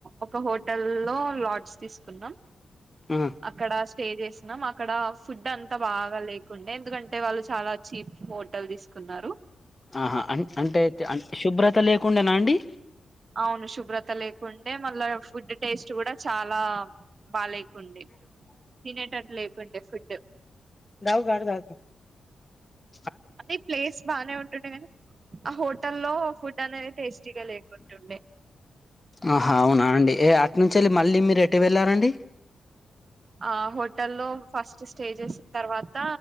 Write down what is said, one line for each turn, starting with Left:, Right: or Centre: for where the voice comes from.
Right: ఒక హోటల్ లో లాడ్స్ తీసుకున్నాం.
Left: ఆ
Right: అక్కడ? స్టే చేసినాం, అక్కడ ఫుడ్ అంత బాగా లేకుండే ఎందుకంటే వాళ్లు చాలా ఛీప్ హోటల్ తీస్కున్నారు.
Left: ఆహా! అంటే అంటే శుభ్రత లేక. ఉండనా అండి.
Right: అవును శుభ్రతలే ఉంటే, మళ్ళా ఫుడ్ టేస్ట్ కూడా చాలా బాలే కుండే తినేటతిట్లు లే అంటే. ఫుడ్
Left: దావు గ దాకు <unintelligible>
Right: అది ప్లేస్ బాగానే ఉంటుండే గానీ, ఆ హోటల్లో ఫుడ్ మళ్ళా, అది టేస్టీగా లేకుంటుండే.
Left: ఆహా! అవునా అండి అటు నుంచి వెళ్ళి మళ్ళీ మీరు ఎటు వెళ్ళారండి?
Right: ఆ హోటల్లో ఫస్ట్ స్టే చేసిన తర్వాత